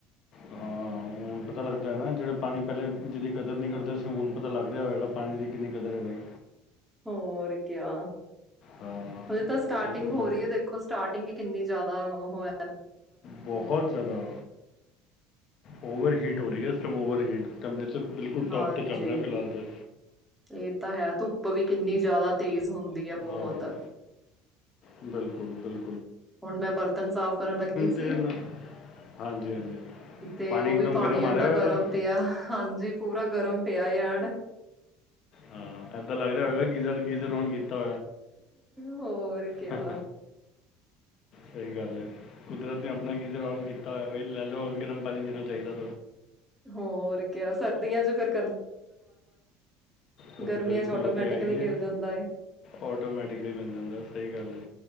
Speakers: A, on the left (about 40°); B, in the centre.
A: ਹਾਂ ਹੁਨ ਪਤਾ ਲੱਗਦਾਏ ਨਾ ਜਿਹੜੇ ਪਾਣੀ ਪਹਿਲੇ ਜਿਹਦੀ ਕਦਰ ਨੀ ਕਰਦੇ ਸੀ ਹੁਣ ਪਤਾ ਲੱਗ ਰਿਹਾ ਹੋਏਗਾ ਪਾਣੀ ਦੀ ਕਿੰਨੀ ਕਦਰ ਏ ਬਾਈ।
B: ਹੋਰ ਕਿਆ।
A: ਹਾਂ
B: ਹਜੇ ਤਾਂ ਸਟਾਰਟਿੰਗ
A: ਸਹੀ ਗੱਲ
B: ਹੋ
A: ਹੈ
B: ਰੀ ਏ ਦੇਖੋ ਸਟਾਰਟਿੰਗ ਈ ਕਿੰਨੀ ਜਾਦਾ ਉਹੋ ਏ
A: ਬੋਹਤ ਜ਼ਿਆਦਾ ਓਵਰ ਹੀਟ ਹੋ ਰੀ ਏ ਇਸ ਟਾਈਮ ਓਵਰ ਹੀਟ। ਕਮਰੇ ਬਿਲਕੁਲ ਟੋਪ
B: ਹਾਂਜੀ
A: ਤੇ ਚੱਲ ਰਿਹਾ ਫਿਲਹਾਲ ਤੇ।
B: ਇਹ ਤਾਂ ਹੈ ਧੁੱਪ ਵੀ ਕਿੰਨੀ ਜ਼ਿਆਦਾ ਤੇਜ਼ ਹੁੰਦੀ ਏ ਬੋਹਤ।
A: ਆਹੋ ਬਿਲਕੁਲ, ਬਿਲ
B: ਹੁਨ ਮੈਂ ਬਰਤਨ ਸਾਫ਼ ਕਰਨ ਲੱਗੀ ਸੀ
A: ਤੇ ਨਾ ਹਾਂਜੀ ਹਾਂਜੀ
B: ਤੇ ਉਹ ਵੀ
A: ਇੱਕਦਮ
B: ਪਾਣੀ
A: ਗਰਮ
B: ਐਨਾ
A: ਆ ਰਿਹਾ ਹੋਏਗਾ
B: ਗਰਮ ਪਿਆ। ਹਾਂਜੀ, ਪੂਰਾ ਗਰਮ ਪਿਆ ਐਨ
A: ਹਾਂ ਏਦਾਂ ਲੱਗ ਰਿਹਾ ਹੋਏਗਾ ਕੇ। ਗੀਜ਼ਰ, ਗੀਜ਼ਰ ਔਨ ਕੀਤਾ
B: ਹੋਰ ਕਿਆ
A: <unintelligible> ਸਹੀ ਗੱਲ ਏ। ਕੁਦਰਤ ਨੇ ਆਪਨਾ ਗਿਜ਼ਰ ਔਨ ਕੀਤਾ ਹੋਇਆ ਬਈ ਲੈ ਲੋ ਹੁਨ ਗਰਮ ਪਾਨੀ ਜਿਨਾਂ ਚਾਹੀਦਾਂ
B: ਹੋਰ ਕਿਆ ਸਰਦੀਆਂ ਚ ਫੇਰ
A: ਹੁੰ,
B: ਗਰਮੀਆਂ
A: ਬਿਲਕੁਲ
B: 'ਚ ਆਟੋਮੈਟਿਕਲੀ
A: ਉਹ ਤੇ ਹੈ ਈ ਏ।
B: ਮਿਲ ਜਾਂਦਾ ਏ
A: ਆਟੋਮੈਟਿਕਲੀ ਮਿਲ ਜਾਂਦਾ ਏ। ਸਹੀ ਗੱਲ ਏ।